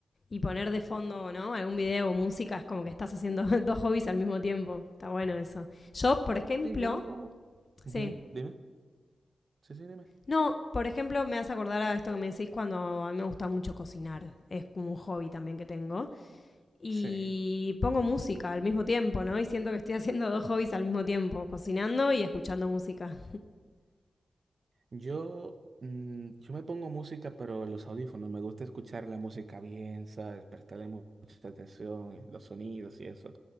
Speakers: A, on the left (about 50°); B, on the right (about 60°).
A: y poner de fondo, ¿no? Algún video o música. Es como que estás haciendo <laughs> dos hobbies al mismo tiempo. Está bueno eso. Yo, por ejemplo,
B: Sí, yo lo hago. Ujú,
A: sí.
B: Dime. Sí, sí, dime.
A: No, por ejemplo, me hace acordar a esto que me decís cuando a mí me gusta mucho cocinar. Es como un hobby también que tengo. y
B: Sí.
A: pongo música al mismo tiempo, ¿no? Y siento que estoy <laughs> haciendo dos hobbies al mismo tiempo, cocinando y escuchando música.
B: Yo, mm, yo me pongo música, pero en los audífonos. Me gusta escuchar la música bien, ¿sabes? Prestarle mu- mucha atención, eh, los sonidos y eso.